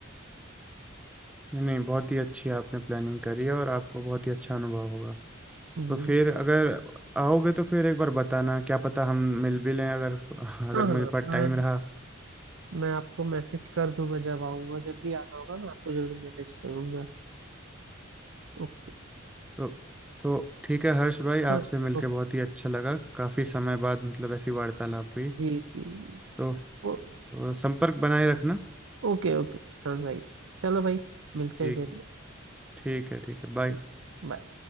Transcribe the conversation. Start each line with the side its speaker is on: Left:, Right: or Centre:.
Centre: नहीं नहीं बहुत ही अच्छी आपने प्लानिंग करी है और आपको बहुत ही अच्छा अनुभव होगा
Right: जी
Centre: तो फिर अगर आओगे तो फिर एक बार बताना क्या पता हम मिल भी लें अगर अगर
Right: हाँ
Centre: मेरे पास
Right: हाँ
Centre: टाइम
Right: मैं
Centre: रहा
Right: मैं आपको मैसेज कर दूंगा जब आऊंगा जब भी आना होगा मैं आपको जरूर मैसेज करूंगा ओके
Centre: तो तो ठीक है हर्ष भाई आपसे
Right: हाँ
Centre: मिलके
Right: ओके
Centre: बहुत ही अच्छा लगा काफ़ी समय बाद मतलब ऐसी वार्तालाप हुई
Right: जी जी जी।
Centre: तो, तो
Right: ओ,
Centre: संपर्क बनाए रखना
Right: ओके ओके प्रशांत भाई चलो भाई मिलते
Centre: ठीक
Right: हैं फिर
Centre: है ठीक है ठीक है बाय
Right: ठीक, बाय